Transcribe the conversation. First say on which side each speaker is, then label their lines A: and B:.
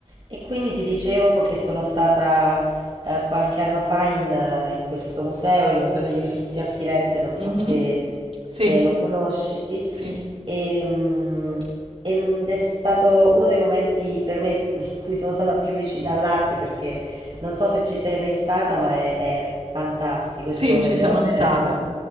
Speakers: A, on the right; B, on the right.
A: E quindi ti dicevo che sono stata eh, qualche anno fa in, eh, in questo museo, il Museo degli Uffizi a Firenze, non so
B: Mhm.
A: se, se
B: Sì,
A: lo conosci,
B: sì,
A: e, mm, ed è stato uno dei momenti per me in cui sono stata più vicina all'arte, perché non so se ci sei mai stata, ma è, è fantastico,
B: sì,
A: ci sono delle
B: ci sono
A: opere,
B: stata.